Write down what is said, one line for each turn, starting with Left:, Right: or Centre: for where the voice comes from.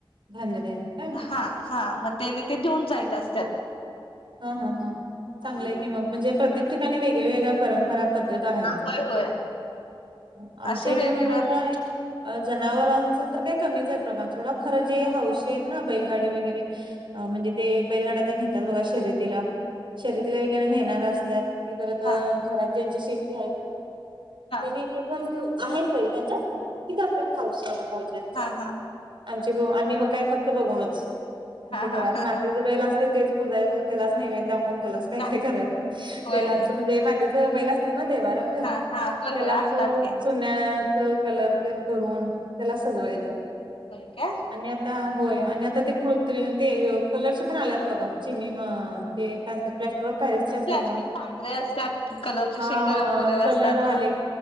Right: धान्य नाहीत का?
Left: हा हा मग त्याने ते देऊन जायच असतात.
Right: हा हा हा चांगलंय
Left: हा
Right: की मग म्हणजे प्रत्येक ठिकाणी वेगळ्या वेगळ्या परंपरा पद्धत आहेत
Left: होय होय
Right: आमच्या
Left: असे
Right: इकडे
Left: वेगवेगळ्या
Right: म्हणजे आता अ <inaudible> जनावरांचं तर काय कमीच आहे प्रमाण सोडा खरं जे हौशी
Left: हा
Right: आहेत ना बैलगाडी वगैरे म्हणजे ते बैलगाड्या त्या नेतात बघा <inaudible> शर्यतीला शर्यतीला वगैरे नेणार असतात. खरं तर
Left: हा हा हा
Right: घरात ज्यांच्या शे त्यांनी
Left: हा
Right: इ पण आहेत काही त्यांच्या ते करतात हौस <inaudible> ज्याचं
Left: हा हा
Right: आमची भ आम्ही मग काय फक्त बघूनच. ते घरात
Left: हा हा हा
Right: माती जबायला असते तेच पुजायच त्यालाच नेवेद्य दाखवून त्यालाच काय
Left: हा
Right: काय करायचं
Left: होय
Right: तेलाच
Left: होय
Right: म्हणजे मातीच बैल असतात ना देवार्या बर ये
Left: हा हा
Right: त्यालाच
Left: होय होय असतात
Right: <inaudible>
Left: की
Right: चुन्याचे कलर पेंट करून त्यालाच सजवायचं
Left: होय काय
Right: आणि आता होय आणि आता ते कृत्रिम ते कलर चे पण आल्यात बघा चिनी म हां ते का प्लॅस्टर ऑफ पॅरिसचे
Left: होय
Right: असतात
Left: प्लॅस्टिक
Right: बघा
Left: पांढरे असतात कलरचे
Right: हा
Left: शेंग रंगवलेले
Right: कलरवाले
Left: असतात हा